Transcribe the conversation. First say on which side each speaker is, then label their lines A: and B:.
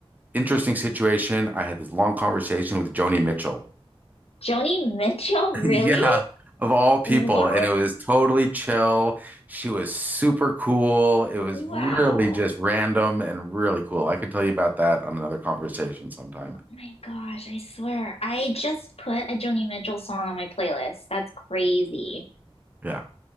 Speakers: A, on the right; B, on the left.
A: interesting situation. I had this long conversation with Joni Mitchell.
B: Joni Mitchell, really?
A: <laughs> Yeah, of all people.
B: What?
A: And it was totally chill. She was super cool. It was
B: Wow.
A: really just random and really cool. I can tell you about that on another conversation sometime.
B: Oh my gosh, I swear. I just put a Joni Mitchell song on my playlist. That's crazy.
A: Yeah.